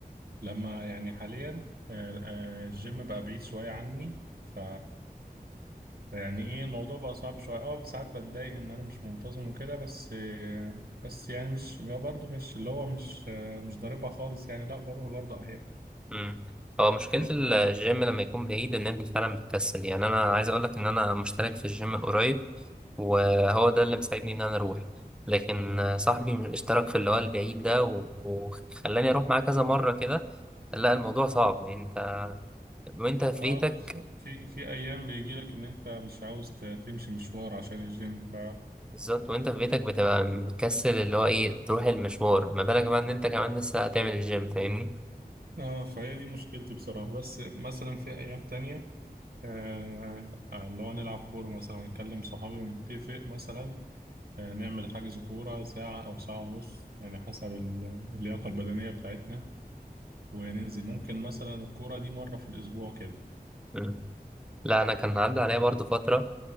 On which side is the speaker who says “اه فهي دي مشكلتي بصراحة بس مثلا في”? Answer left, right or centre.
Right